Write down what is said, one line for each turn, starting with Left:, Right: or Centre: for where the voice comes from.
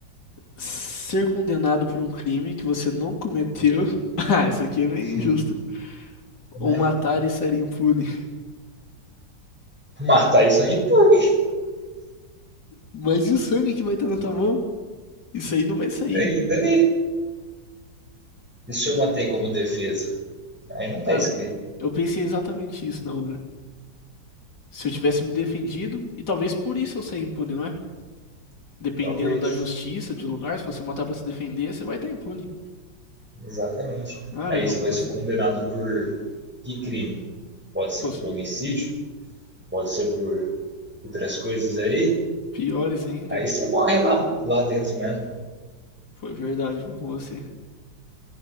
Left: Ser condenado por um crime que você não cometeu. <laughs> Ah, essa aqui é bem
Centre: Sim.
Left: injusta.
Centre: Né?
Left: Ou matar e sair impune.
Centre: Matar isso aí pune.
Left: Mas e o sangue que vai estar na tua mão? Isso aí não vai sair.
Centre: Daí, daí. E se eu matei como defesa? Aí não tá
Left: Cara,
Centre: escrito.
Left: eu pensei exatamente isso na hora. Se eu tivesse me defendido, e talvez por isso eu saia impune, não é? Dependendo
Centre: Talvez.
Left: da justiça, de lugar, se você matar pra se defender, você vai estar impune.
Centre: Exatamente.
Left: Cara,
Centre: Aí
Left: eu vou
Centre: você
Left: com
Centre: vai
Left: você.
Centre: ser condenado por que crime? Pode ser
Left: Pô, os
Centre: por homicídio? Pode ser por outras coisas aí?
Left: piores ainda?
Centre: Aí você morre lá, lá dentro mesmo.
Left: Foi verdade, vou com você.